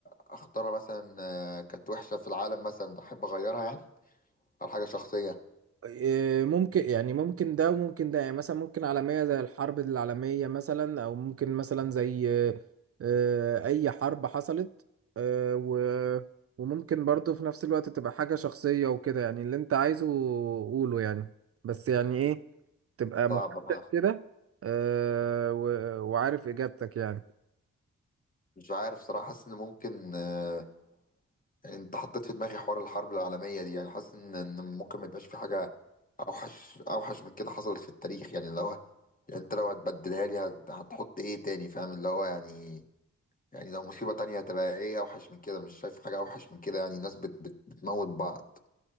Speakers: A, on the left; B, on the right.
A: اختارها مثلا آه، كانت وحشه في العالم مثلا احب اغيرها يعني او حاجه شخصيه
B: إيه، ممكن يعني ممكن ده وممكن ده يعني مثلا ممكن عالمية زي الحرب العالمية مثلا أو ممكن مثلا زي آه، أي حرب حصلت آه، و- وممكن برضو في نفس الوقت تبقى حاجة شخصية وكده يعني اللي أنت عايزه قوله يعني بس يعني إيه تبقى محدد
A: صعبه بقى
B: كده آه، و- وعارف إجابتك يعني
A: مش عارف صراحه حاسس ان ممكن آه، انت حطيت في دماغي حوار الحرب العالميه دي يعني حاسس ان إن ممكن ما يبقاش في حاجه اوحش اوحش من كده حصلت في التاريخ يعني اللي هو يعني انت لو هتبدلها لي هت- هتحط ايه تاني فاهم اللي هو يعني يعني لو مصيبة تانية هتبقى ايه اوحش من كده مش شايف حاجة اوحش من كده يعني الناس بت بت بتموت بعض